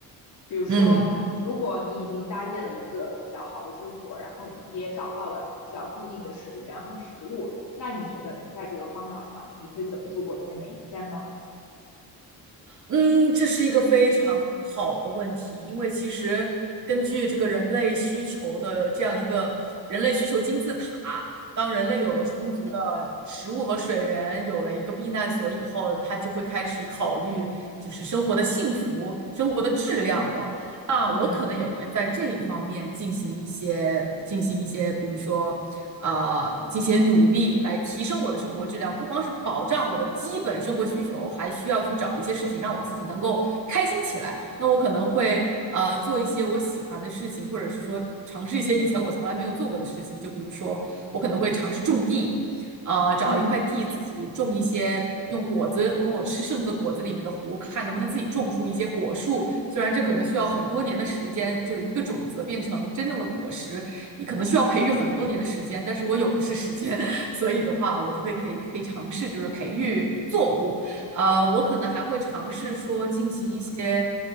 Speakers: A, on the left; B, on the right.
A: 比如说，
B: 嗯
A: 如果你已经搭建了一个比较好的住所，然后你也找到了比较固定的水源和食物，那你觉得你在这个荒岛上，你会怎么度过你的每一天呢？
B: 嗯，这是一个非常好的问题，因为其实根据这个人类需求的这样一个人类需求金字塔，当人类有了充足的食物和水源，
A: 嗯
B: 有了一个避难所以后，他就会开始考虑就是生活的幸福、生活的质量了。
A: 嗯
B: 那我可能也会在这一方面进行一些进行一些，
A: 嗯
B: 比如说，呃，进行努力来提升我的生活质量，不光是保障我的基本生活需求，还需要去找一些事情让我自己能够开心起来。那我可能会呃做一些我喜欢的事情，或者是说尝试一些以前我从来没有做过的事情，就比如说我可能会尝试种地。呃，找一块地自己种一些，
A: 嗯
B: 用果子，用我吃剩的果子里面的核，看能不能自己种出一些果树。虽然这可能需要很多年的时间，
A: 嗯
B: 就是一个种子变成真正的果实，也可能需要培育很多年的时间，但是我有的是时间，<laughs> 所以的话，我就会可以可以尝试，就是培育作物。呃，我可能还会尝试说进行一些，
A: 嗯，